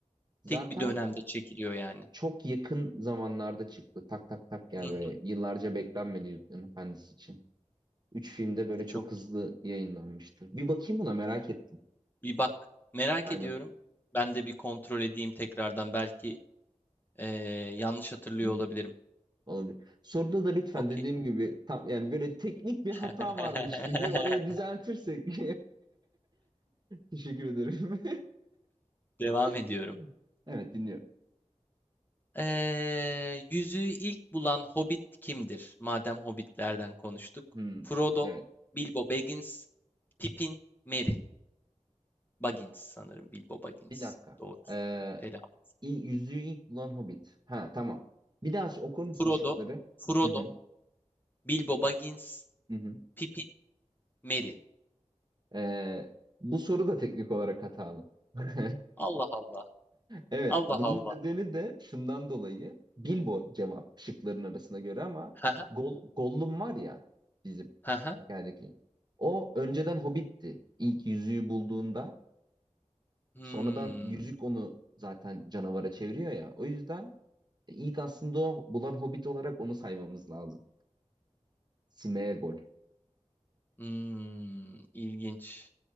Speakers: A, on the right; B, on the left.
A: Zaten
B: Tek bir dönemde çekiliyor yani.
A: çok yakın zamanlarda çıktı. Tak tak tak yani
B: Hı hı,
A: böyle yıllarca beklenmedi Yüzüklerin Efendisi için. Üç filmde böyle çok
B: çok
A: hızlı
B: iyi.
A: yayınlanmıştı. Bir bakayım buna merak ettim.
B: Bir bak. Merak
A: Aynen.
B: ediyorum. Ben de bir kontrol edeyim tekrardan. Belki eee, yanlış hatırlıyor
A: Hı hı,
B: olabilirim.
A: Olabilir. Soruda da lütfen
B: Okey.
A: dediğim gibi tam yani böyle teknik bir hata
B: <laughs>
A: varmış gibi orayı düzeltirsek. <laughs> Teşekkür ederim.
B: Devam ediyorum.
A: <laughs> Evet dinliyorum.
B: Eee yüzüğü ilk bulan Hobbit kimdir? Madem Hobbitlerden konuştuk.
A: Hmm,
B: Frodo,
A: evet.
B: Bilbo Baggins, Pippin, Merry. Baggins sanırım. Bilbo Baggins.
A: Bir dakika.
B: Doğru.
A: Ee,
B: Telaffuz.
A: il- yüzüğü ilk bulan Hobbit. Ha tamam. Bir daha okur musun
B: Frodo.
A: şıkları?
B: Frodo.
A: Hı hı,
B: Bilbo Baggins.
A: hı hı.
B: Pippin. Merry.
A: Ee, bu soru da teknik olarak hatalı. <laughs>
B: Allah Allah.
A: Evet,
B: Allah
A: bunun
B: Allah.
A: nedeni de şundan dolayı Bilbo cevap şıkların arasına göre ama
B: Haha,
A: Gol Gollum var ya bizim
B: haha.
A: hikayedeki. O önceden Hobbit'ti. İlk yüzüğü bulduğunda
B: Hmm,
A: sonradan yüzük onu zaten canavara çeviriyor ya. O yüzden e, ilk aslında o bulan Hobbit olarak onu saymamız lazım. Smeagol.
B: hmm, ilginç.